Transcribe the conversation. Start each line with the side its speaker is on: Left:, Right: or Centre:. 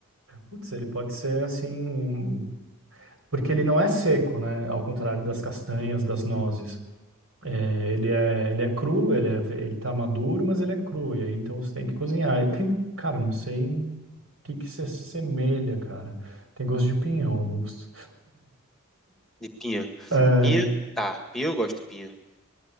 Right: Putz, ele pode ser assim. Porque ele não é seco, né? Ao contrário das castanhas, das nozes. É, ele é, ele é cru, ele é, ele tá maduro, mas ele é cru. E aí, então você tem que cozinhar. E Tem, cara, não sei o que que se assemelha, cara. Tem gosto de pinhão, Augusto.
Centre: de pinha.
Right: É,
Centre: Pinha, tá, pinha eu gosto de pinha.